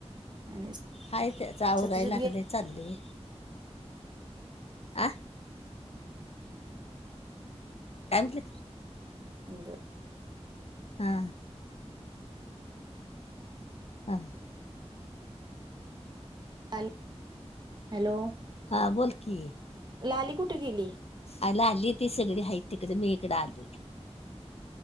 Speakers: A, on the right; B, on the left.
A: आणि
B: आहे त्याचं आवरायला
A: टल
B: लागले चालले आ काय म्हटलं
A: <unintelligible>
B: हा हं
A: हॅल हॅलो
B: हां बोल की
A: लाली कुठे गेली
B: आला आली ती सगळी आहेा तिकडे मी इकडडे आली